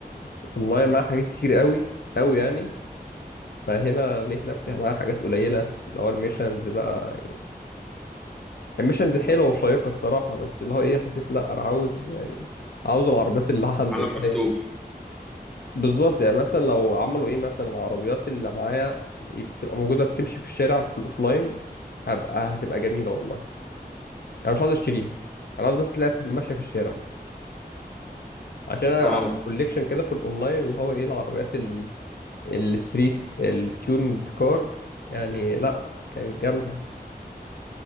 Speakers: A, on the left; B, in the centre.
A: الاونلاين مع حاجات كتير قوي قوي يعني فهنا لقيت نفسي مع حاجات قليله اللي هو الميشنز بقى يعني الميشنز حلوه وشيقه الصراحه بس اللي هو ايه حسيت لا انا عاوز يعني عاوز العربيات اللي <laughs> عندي
B: عالم
A: اللي
B: مفتوح
A: هي بالظبط يعني مثلا لو عملوا ايه مثلا العربيات اللي معايا يب- بتبقى موجوده بتمشي في الشارع في الاوفلاين هبقى هتبقى جميله والله انا مش عاوز اشتريها انا عاوز بس تلاقيها ماشيه في الشارع عشان انا
B: اه
A: عامل كوليكشن كده في الاونلاين اللي هو ايه العربيات ال- الستريت التيوند كار يعني لا كانت جامده